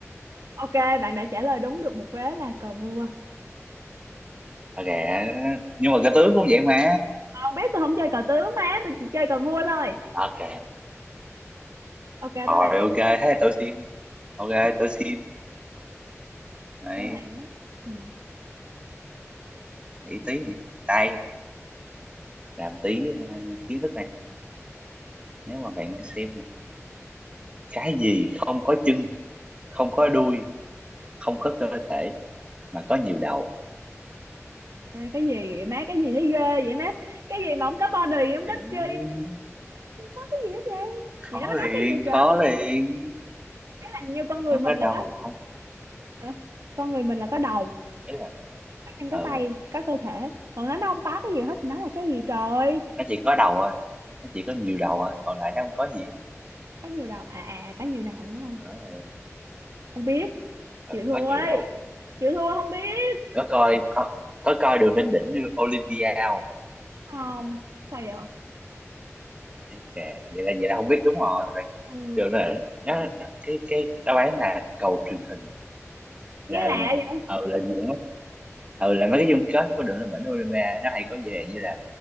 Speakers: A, on the right; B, on the right.
A: ok bạn đã trả lời đúng được một vế là cờ vua
B: ok nhưng mà cái tướng cũng vậy mà
A: không biết tôi không chơi cờ tướng má tôi chỉ chơi cờ vua thôi
B: ok
A: ok tới
B: rồi
A: bạn
B: ok thế tôi xin ok tôi xin Đấy,
A: tới bạn á ừ.
B: nghĩ tí nghĩ tí tay làm tí ờ, kiến thức này nếu mà bạn xem nè cái gì không có chân không có đuôi không có cơ thể mà có nhiều đầu
A: Ê, cái gì vậy má cái gì thấy ghê vậy má cái gì mà không có body không
B: Ừ,
A: có chi không có cái gì hết vậy
B: khó
A: vậy nó
B: liền
A: có cái gì trời
B: khó liền
A: cái làm như con người
B: không
A: mình
B: có
A: là
B: đầu
A: có
B: không
A: hả con người mình là có đầu
B: ấy là
A: anh
B: ừ
A: có tay có cơ thể còn nó nó không có cái gì hết thì nó là cái gì trời
B: nó chỉ có đầu thôi nó chỉ có nhiều đầu thôi còn lại nó không có gì
A: có nhiều đầu à à có nhiều đầu đúng không
B: Đó là-
A: không biết
B: ờ,
A: chịu thua
B: có nhiều
A: ấy
B: đầu
A: chịu thua không biết
B: có coi có có coi đường lên đỉnh như Olympia không
A: không sao vậy
B: Đấy, kệ, vậy là vậy là không biết đúng rồi
A: ừ.
B: rồi là nó, nó cái cái đáp án là cầu truyền hình là
A: nghe lạ vậy
B: ừ là gì đó ừ là mấy cái chung kết của đội lên vĩnh Olympia nó hay có về như là